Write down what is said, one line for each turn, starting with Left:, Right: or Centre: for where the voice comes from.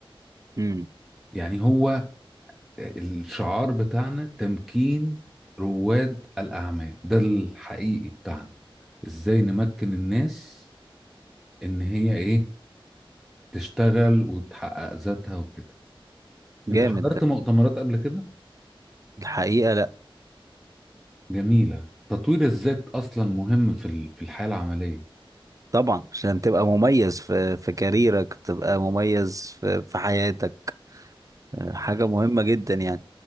Right: امم
Centre: يعني هو الشعار بتاعنا تمكين رواد الأعمال ده الحقيقي بتاعنا ازاي نمكن الناس ان هي ايه تشتغل وتحقق ذاتها وكده
Right: جامد
Centre: انت حضرت
Right: ده
Centre: مؤتمرات قبل كده
Right: الحقيقة لا
Centre: جميلة تطوير الذات اصلا مهم في ال- في الحياة العملية
Right: طبعا عشان تبقى مميز في في كاريرك تبقى مميز في في حياتك آه، حاجة مهمة جدا يعني